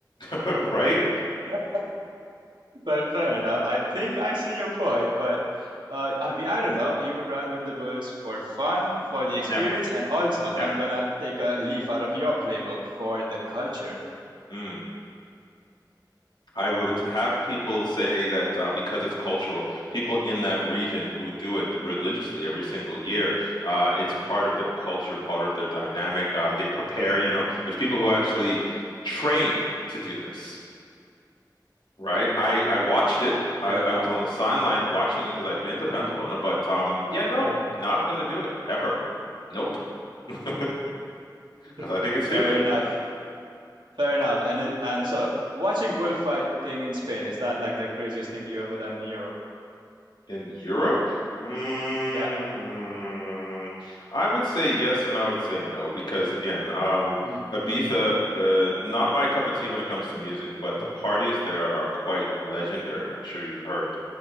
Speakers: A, on the left (about 80°); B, on the right (about 85°).
A: <laughs> right?
B: <laughs> Well, fair enough. I think I see your point, but uh, I mean, I don't know. You would run with the Bulls for fun, for the experience,
A: Never,
B: and also
A: never.
B: I'm gonna take a leaf out of your playbook for the culture.
A: Mm. I would have people say that uh, because it's cultural, people in that region who do it religiously
B: hmm
A: every single year, uh, it's part
B: hmm
A: of their culture, part of their dynamic. Uh, they prepare, you
B: hmm
A: know, there's people who actually train to do this. Right. I I watched it.
B: Fair
A: I I
B: enough.
A: was on the sideline watching it because I've been to Pamplona,
B: hmm
A: but um yeah, no,
B: hmm
A: not gonna do it ever. Nope. <laughs>
B: <laughs>
A: Because I think it's
B: Fair
A: stupid.
B: enough. Fair enough. And it, and so watching bullfighting in Spain, is that like the craziest thing you ever done in Europe?
A: In Europe, mm,
B: Yeah.
A: I would say yes and I would say no because again, um
B: hmm
A: Ibiza, uh, not my cup of tea when it comes to music, but
B: hmm
A: the parties there are quite legendary. I'm sure you've heard.